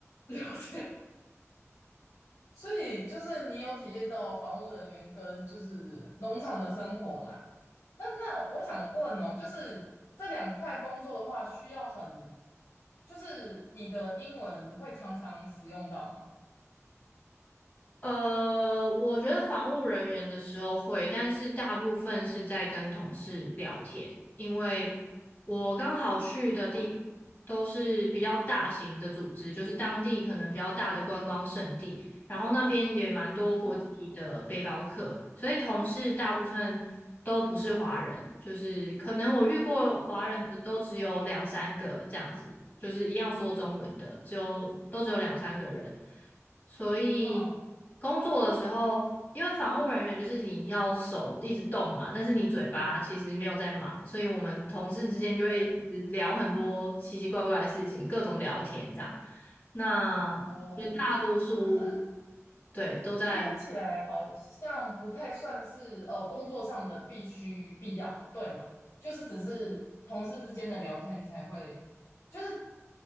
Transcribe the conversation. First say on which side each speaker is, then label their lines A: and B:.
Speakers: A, on the left; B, on the left.
A: 了解。所以就是你有体验到防务人员跟就是农场的生活啦。那那我想问哦，就是这两块工作的话，需要很，就是你的英文会常常使用到吗？
B: 呃，我觉得防务人员的时候会，但是大部分是在跟同事聊天，因为我刚好去的地方都是比较大型的组织，
A: 哦，
B: 就是当地可能比较大的观光胜地，然后那边也蛮多国际的背包客，
A: 嗯，
B: 所以同事大部分都不是华人，就是可能我遇过华人的都只有两三个这样子，
A: 哦，
B: 就是一样说中文的，只有都只有两三个人。所以
A: 嗯，
B: 工作的时候，因为防护人员就是你要手一直动嘛，但是你嘴巴其实没有在忙，所以我们同事之间就会一直聊很多奇奇怪怪的事情，
A: 对，
B: 各种聊天这样。那绝大多数
A: 哦，可是
B: 对都在。
A: 听起来好像不太算是呃工作上的必须必要，对吗？就是只是同事之间的聊天才会，就是